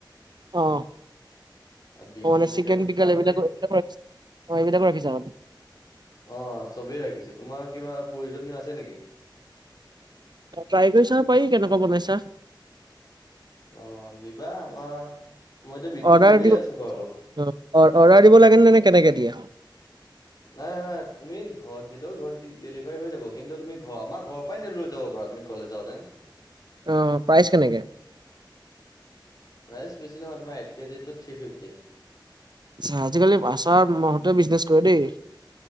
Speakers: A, on the right; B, on the left.
A: অ'।
B: বিন
A: অ' মান
B: জলকীয়া
A: চিকেন
B: তোমাৰ
A: বিাল এইবিলাকো
B: এনে
A: এইবাক এইবিলাকো ৰাখিছা মানে।
B: অ' চবেই ৰাখিছেো তোমাৰ কিবা প্ৰয়োজনীয় আছে নেকি?
A: ট্ৰাই কৰিছা পাৰি কেনেকুৱা বনাইছা।
B: অ' নিবা আমাৰ মইতো বিক্ৰী
A: অৰ্ডাৰ
B: কৰিয়ে
A: দি
B: আছো বাৰু।
A: অ', অ', অৰ্ডাৰ দিব লাগে নে নে কেনেকে দিয়া?
B: নাই নাই তুমি ঘৰত দিলেও ঘৰত ডেলিভাৰী হৈ যাব কিন্তু তুমি ঘৰ আমাৰ ঘৰ উপাই ননে লৈ যাবাৰু তুম কলেজােতেন।
A: অ' প্ৰাইচ কেনেকে?
B: প্ৰাইচ বেছি নহয় তোমাৰ কেজিতটো থ্ৰী ফিফটি।
A: আ আজিকালি আচাৰ মতে বিজনেছ কৰে দেই।